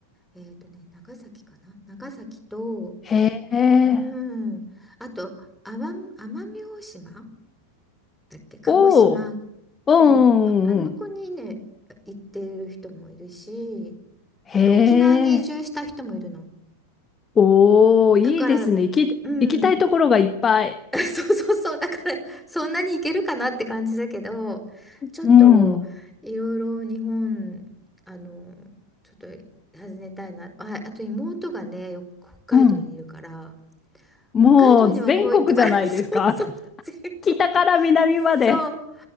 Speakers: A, in the centre; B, on the left.
A: えっとね長崎かな長崎と
B: へえ、
A: うんあと奄美奄美大島だっけ鹿児島
B: おお、うんうんうんうん。
A: そうそうああの子にね行ってる人もいるし
B: へ
A: あと沖縄に移住した人もいるの
B: え、おおうんうんうんへえおいいですね。
A: だから
B: 行き、
A: うん
B: 行きたいところがいっぱい。
A: <laughs> そうそうそう。だから、そんなにいけるかなって感じだけど、ちょっと、
B: うん、
A: いろいろ日本、あの、ちょっと訪ねたいな。まあ、あと妹がね、よく北海道にいるから、
B: うん。もう全国じゃないですか。
A: 北海道にも来いって言われる。<laughs> そうそう。全国。
B: 北から南まで。
A: そう。